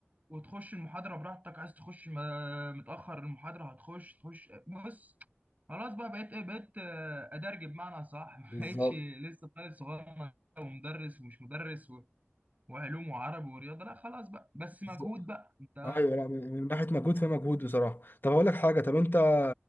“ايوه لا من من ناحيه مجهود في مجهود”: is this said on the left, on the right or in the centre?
Left